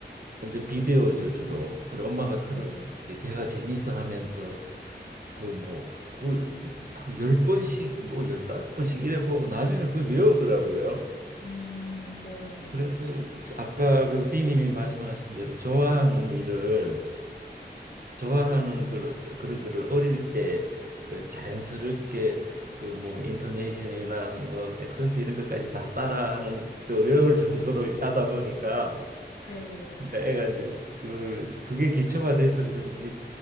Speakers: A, on the right (about 55°); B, on the left (about 55°).
A: 이제 비디오죠 주로. 그리고 엄마가 틀어주는데
B: 네,
A: 걔가 재밌어 하면서 그 뭐 그걸 막열 번씩 뭐 열다섯 번씩 이래 보고 나중에는 그걸 외우더라고요.
B: 음, 네, 네,
A: 그래서 아까 그 비님이 말씀하신 대로 좋아하는 일을 좋아하는 그 그런 거를 어릴 때 그 자연스럽게 그 뭐 인토네이션이나 뭐 액센트 이런 것까지 다 따라하는 저 외울 정도로 이렇게 하다 보니까
B: 네,
A: 그러니까 애가 이제 그 그게 기초가 돼서 그런지